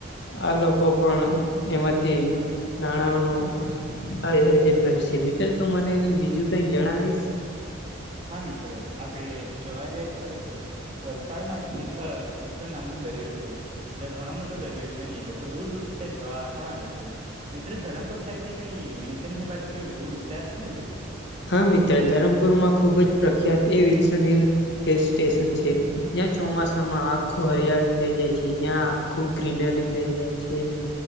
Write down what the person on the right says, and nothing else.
હા મિત્રો આપડે જોવા જઈ તો પછી વલસાડમાં એક તિથલ તિથલ નામનો દરિયો છે. જ્યાં ઘણો મોટો દરિયો છે ને લોકો દૂર-દૂર થી ત્યાં જોવા પણ આવે છે. મિત્રો ધરમપુર સાઈડ કઈ વિન્સેલની બાજુ કઈ એવું વિસ્તાર છે.